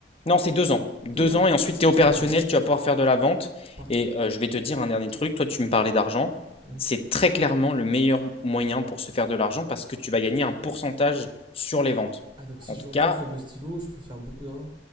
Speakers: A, on the left (about 35°); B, on the right (about 30°).
A: Non, c'est deux ans. Deux
B: Deux ans
A: ans et ensuite tu es opérationnel,
B: Parfait,
A: tu vas pouvoir faire de la vente.
B: parfait.
A: Et euh, je vais te dire un dernier truc, toi tu me parlais d'argent.
B: Hmm.
A: C'est très clairement le meilleur moyen pour se faire de l'argent parce que tu vas gagner un pourcentage sur les ventes.
B: Ah, donc si
A: En
B: je
A: tout
B: vends
A: cas,
B: bien comme le stylo, je peux faire beaucoup d'argent